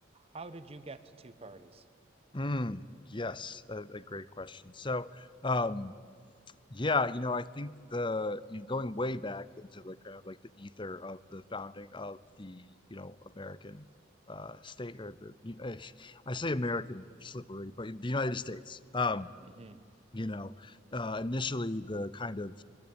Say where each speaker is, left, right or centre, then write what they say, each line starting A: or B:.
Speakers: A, on the right; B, on the left.
A: how did you get to two parties
B: Mm. yes a, a great question so um, Yeah, you know, I think the you know going way back into the kind of like the ether of the founding of the you know American uh, state or the you- eh, I say American slippery, but the United States. Um,
A: hmm
B: you know, uh, initially the kind of